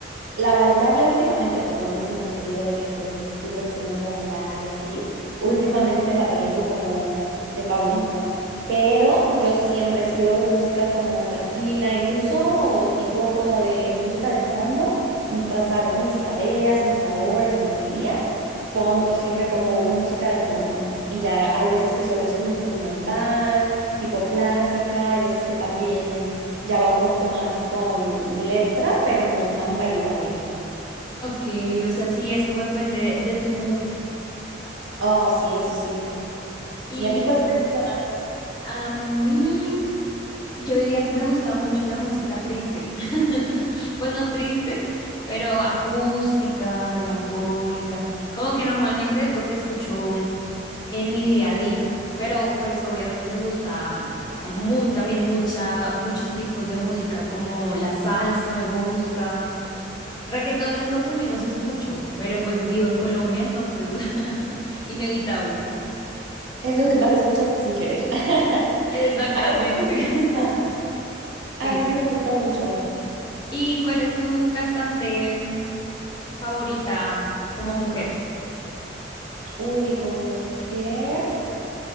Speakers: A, on the right; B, on the left.
A: La bailable últimamente, por lo mismo que te digo de que pues me estuvo enseñando a bailar y así, últimamente la traigo como de favorita, pero yo siempre he sido de música como tranquila, incluso tipo como de música de fondo, mientras hago mis tareas, mis labores durante el día, pongo siempre como una música de fondo y ya hay veces que solo es como instrumental, tipo clásica, hay veces que también ya va un poquito más con letra, pero no tan bailable.
B: Ok, o sea, sí, es como depende de tu mood.
A: Oh, sí, eso sí. Sí,
B: Y
A: ¿a ti cuál te gusta más?
B: a mí, yo diría que me gusta mucho la música triste. <laughs> Pues no triste, pero acústica, melancólica. Como que normalmente es lo que escucho en mi día a día. Pero pues obviamente me gusta mm, mu- también mucha, muchos tipos de música, como la salsa me gusta. Reggaetón es lo que menos escucho, pero pues vivo en Colombia, entonces <laughs> inevitable.
A: Es lo que más escuchas sin querer. <laughs>
B: Exactamente.
A: Ay, a mí sí me gusta.
B: <laughs>
A: A mí
B: Sí.
A: sí me gusta mucho.
B: ¿Y cuál es tu cantante mm, favorita como mujer?
A: Uy, como mujer,